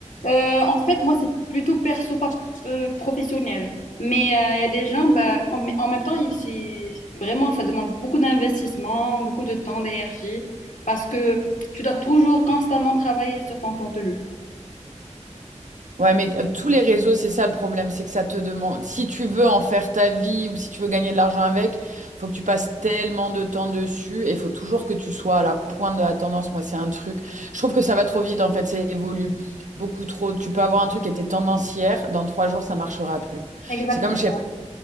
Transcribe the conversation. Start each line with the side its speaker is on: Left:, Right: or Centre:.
Left: Euh, en fait, moi, c'est plutôt perso, pas euh, professionnel. Mais euh, il y a des gens, bah, en, en même temps, il- c'est vraiment, ça demande beaucoup d'investissement, beaucoup de temps, d'énergie, parce que tu dois toujours constamment travailler sur ton contenu.
Right: Ouais, mais euh, tous les réseaux, c'est ça le problème, c'est que ça te demande, si tu veux en faire ta vie ou si tu veux gagner de l'argent avec, faut que tu passes tellement de temps dessus et faut toujours que tu sois à la pointe de la tendance. Moi, c'est un truc. Je trouve que ça va trop vite, en fait, ça évolue beaucoup trop. Tu peux avoir un truc qui était tendance hier, dans trois jours, ça marchera plus.
Left: Exactement.
Right: C'est comme, je sais pas,